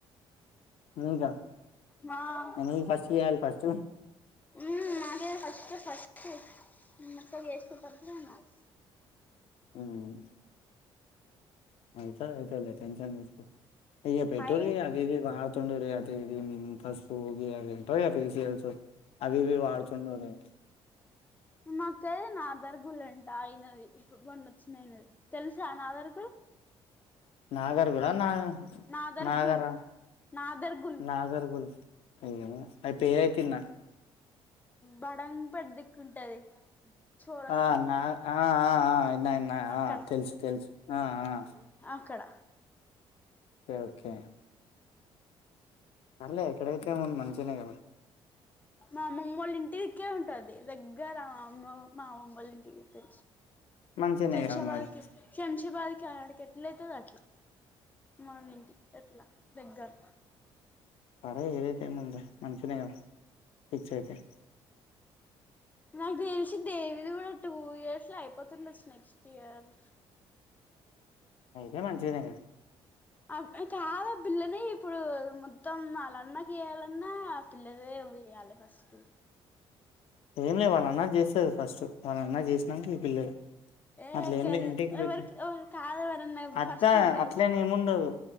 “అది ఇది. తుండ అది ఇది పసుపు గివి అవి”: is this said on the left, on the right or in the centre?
Left